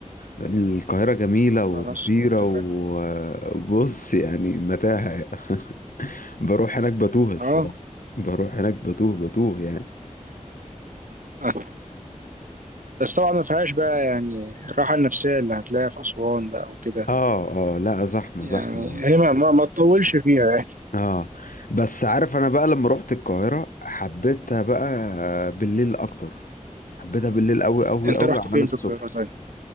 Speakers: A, on the left (about 85°); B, on the right (about 80°).
A: القاهره جميله وكبيره
B: خلاص اتفقنا
A: وبص يعني متاهه <laughs> بروح هناك بتوه الصراحه
B: اه
A: بروح هناك بتوه بتوه يعني
B: <laughs> آه. بس طبعا ما فيهاش بقى يعني الراحة النفسية اللي هتلاقيها في أسوان بقى وكده
A: اه اه لا زحمه
B: يعني
A: زحمه
B: هي ما, ما, ما تطولش فيها يعني.
A: اه بس عارف انا بقى لما روحت القاهره حبيتها بقى بالليل اكتر حبيتها بالليل قوي قوي
B: انت
A: قوي
B: رحت فين
A: عن الصبح
B: في القاهرة طيب؟